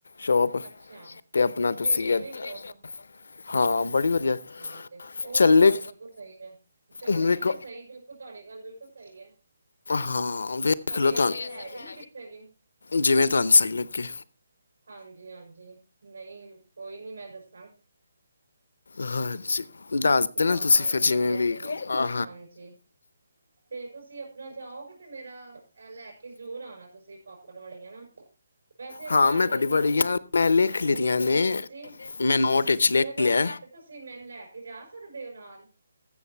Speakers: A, on the left; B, on the right.
A: ਸ਼ੋਪ,
B: ਅੱਛਾ
A: ਤੇ ਆਪਣਾ
B: ਸਟੇਸ਼ਨਰੀ
A: ਤੁਸੀਂ ਇੱਥੇ,
B: ਸ਼ੋਪ
A: ਹਾਂ ਬੜੀ ਵਧੀਆ
B: ਹਾਂ ਤੇ, ਉਹ
A: ਚੱਲੇ
B: ਤੇ ਗੱਲ ਬਿਲਕੁਲ ਸਹੀ ਹੈ, ਚੱਲੇ
A: ਹੁਣ ਵੇਖੋ
B: ਕਿ ਤੇ ਸਹੀ ਬਿਲਕੁਲ ਤੁਹਾਡੀ ਗੱਲ ਬਿਲਕੁਲ ਸਹੀ ਹੈ
A: ਹਾਂ ਵੇਖ
B: ਸਾਡੇ
A: ਲਓ ਤੁਹਾਨੂੰ
B: ਇਧਰ ਹੈ ਵੀ ਨੀ ਕਿੱਥੇ ਵੀ
A: ਜਿਵੇਂ ਤੁਹਾਨੂੰ ਸਹੀ ਲੱਗੇ
B: ਹਾਂਜੀ- ਹਾਂਜੀ, ਨਹੀਂ, ਕੋਈ ਨੀ ਮੈਂ ਦੱਸ
A: ਹਾਂਜੀ ਦੱਸ
B: ਤੇ
A: ਦੇਣਾ
B: ਭਾਜੀ
A: ਤੁਸੀਂ
B: ਹਾਂਜੀ
A: ਫਿਰ ਜਿਵੇਂ
B: ਕਹਿ ਰਹੇ ਸੀਗੇ,
A: ਵੀ ਆ,
B: ਹਾਂਜੀ ਤੇ ਤੁਸੀਂ ਆਪਣਾ ਜਾਓਗੇ ਤੇ ਮੇਰਾ, ਲੈ ਕੇ ਜ਼ਰੂਰ ਆਉਣਾ ਤੁਸੀਂ ਪਾਪ ਉਪਰ ਵਾਲੀਆ ਨਾ, ਵੈਸੇ ਅਗਰ
A: ਹਾਂ
B: ਤੁਹਾਡੇ
A: ਮੈਂ
B: ਜ
A: ਤੁਹਾਡੀ
B: ਉੱਧਰ,
A: ਬੜੀਆਂ ਲਿਖ
B: ਮੈਂ
A: ਲਿਤੀਆਂ
B: ਸਗੋਂ ਸੋਚ
A: ਨੇ
B: ਰਹੀ ਸੀ
A: ਮੈਂ ਨੋਟ ਇਚਲੇ
B: ਜਗ੍ਹਾ
A: ਲਿਆ
B: ਹੈ ਤੇ ਤੁਸੀਂ ਮੈਨੂੰ ਲੈ ਕੇ ਜਾ ਸਕਦੇ ਹੋ ਨਾਲ